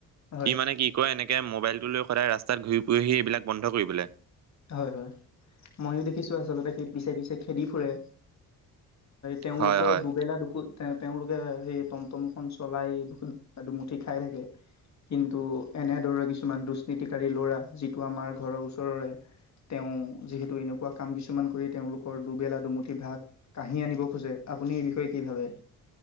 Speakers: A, on the left; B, on the right.
A: হয়
B: সি মানে কি কয় এনেকে মোবাইলটো লৈ- সদায় ৰাস্তাত ঘূৰি ফুৰেহি এইবিলাক বন্ধ কৰিবলে।
A: হয় হয় ময়ো দেখিছো আছ- স পিচে পিচে খেদি ফুৰে তেওঁলোকৰ
B: হয় হয়।
A: দুবেলা দুখ তেওঁলোকে সেই টমটমখন চলাই দু দুমুঠি খাই থাকে কিন্তু এনেদৰে কিছুমান দুশনীতিকাৰী ল'ৰা যিটো আমাৰ ঘৰৰ ওচৰৰে- তেওঁ যিহেতো এনেকৱা কাম কিছুমান কৰি তেওঁলোকৰ দুবেলা দুমুঠি ভাগ- কাহি আনিব খোজে আপুনি এই বিষয়ে কি ভাবে-